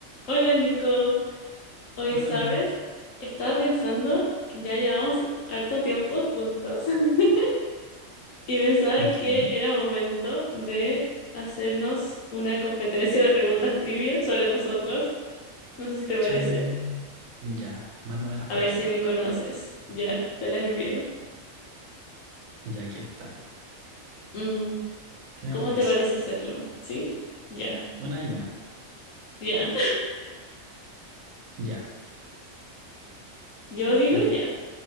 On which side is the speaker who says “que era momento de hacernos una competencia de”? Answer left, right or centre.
Left